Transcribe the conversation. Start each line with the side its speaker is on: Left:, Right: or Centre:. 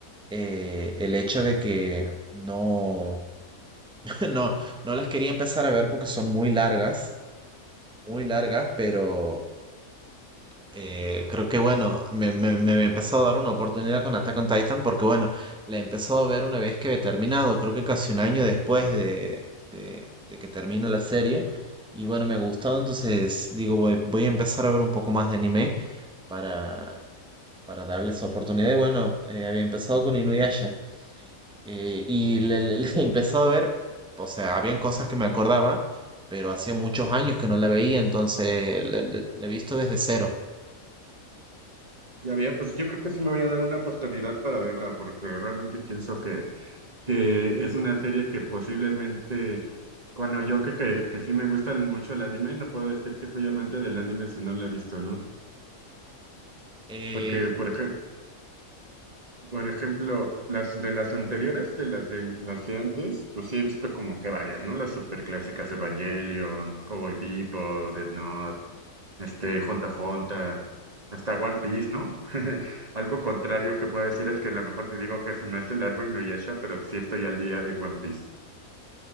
Centre: eh, el hecho de que no, <laughs> no, no las quería empezar a ver porque son muy largas, muy largas, pero Eh, creo que bueno, me, me, me empezó a dar una oportunidad con Attack on Titan porque bueno, la empezó a ver una vez que he terminado, creo que casi un año después de, de, de que termine la serie. Y bueno, me ha gustado, entonces digo, voy, voy a empezar a ver un poco más de anime para, para darle esa oportunidad. Y bueno, eh, había empezado con Inuyasha eh, y le, le- <laughs> le he empezado a ver, o sea, habían cosas que me acordaba, pero hacía muchos años que no la veía, entonces la la- la he visto desde cero.
Right: Ya había, pues yo creo que sí me voy a dar una oportunidad para verla, porque realmente pienso que, que es una serie que posiblemente Bueno, yo que, que, que sí me gusta el- mucho el anime, no puedo decir que soy amante del anime si no lo he visto, ¿no?
Centre: Eh,
Right: Porque, por ej- por ejemplo, las de las anteriores, de las de las de antes, pues sí he visto como que varias, ¿no? Las superclásicas Evangelion, Cowboy Bebop, Death Note, este, Honta Honta, hasta One Piece, ¿no? <laughs> Algo contrario que puedo decir es que a lo mejor te digo que se me hace largo y no Inuyasha, pero sí estoy al día de One Piece.